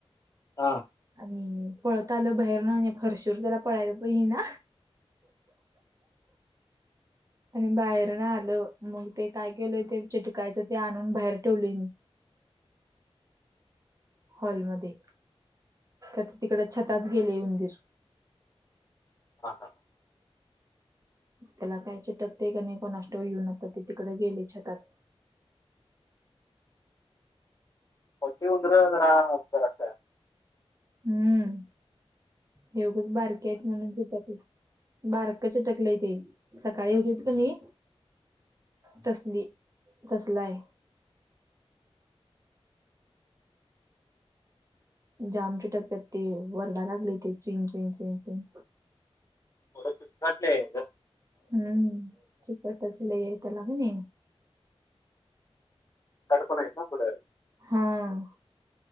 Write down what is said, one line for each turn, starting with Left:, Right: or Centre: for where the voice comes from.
Left: हा.
Right: आणि पळत आलं बाहेर न आणि त्याला फरशीवर त्याला पळायला प येईना. आणि बाहेर न आलं मग ते काय केलंय ते चिटकायचं ते आणून बाहेर ठेवलय मी. हॉलमध्ये तिकड छतात गेलय उंदीर.
Left: <unintelligible>
Right: त्याला काय चिटकतंय का नाय कुणासठाव येऊन आता ते तिकड गेलय छतात.
Left: मोठी उंदर जरा हुशार असत्यात.
Right: हम्म हे उगच बारके आहेत म्हणून येत्याती. बारक चीटकलय ते सकाळी होतेत क नय तसली तसलाय. जाम चितकत्यात ते वरडाय लागलय ते चिग चिग चिग चिग.
Left: थोड पिसाटलय ग.
Right: हम्म चिकटच लय हाय त्याला कनाई?
Left: ताड पण हायत ना पुढ.
Right: हम्म.